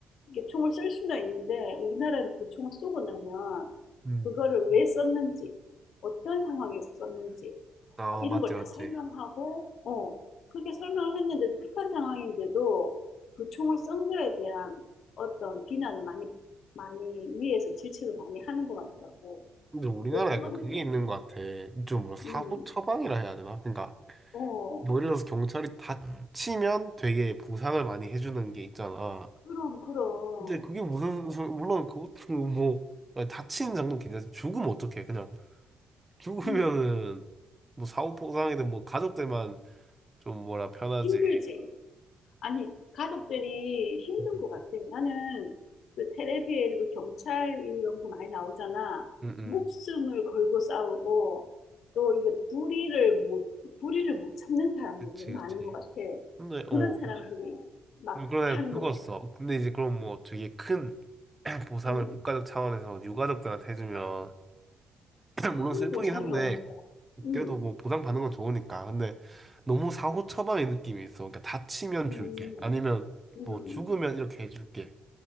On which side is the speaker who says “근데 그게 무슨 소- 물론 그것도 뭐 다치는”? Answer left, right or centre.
Right